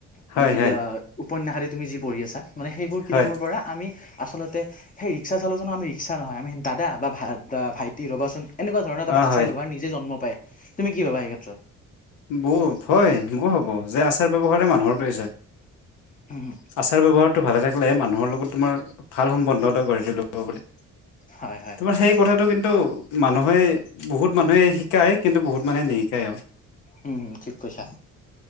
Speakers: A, on the left; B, on the left.
A: মান
B: হয়
A: বি
B: হয়
A: আহ উপন্যাসেৰে তুমি যি পঢ়ি আছা মানে সেইবোৰ কিতাপৰ
B: হয়
A: পৰা আমি আচলতে সেই ৰিক্সা চালকজনক আমি ৰিক্সা নহয় আমি দাদা বা ভ ভাইটি ৰ'বাচোন এনেকুৱা ধৰণৰ এটা
B: অ
A: আচাৰ
B: হয়
A: ব্যৱহাৰ নিজে জন্ম পায় তুমি কি ভাবা এই ক্ষেত্ৰত?
B: বৌত হয় মোৰ হ'ব যে আচাৰ ব্যৱহাৰে মানুহৰ পৰিচয়।
A: হুম হুম।
B: আচাৰ ব্যৱহাৰটো ভালে থাকিলেহে মানুহৰ লগত তোমাৰ ভাল সমন্ধ এটা গঢ়ি তোঁলি
A: হয় হয়
B: তোমাৰ সেই কথাটো কিন্তু মানুহে বহুত মানুহে শিকাই কিন্তু বহুত মানে নিশিকায়ো।
A: উম হম ঠিক কৈছা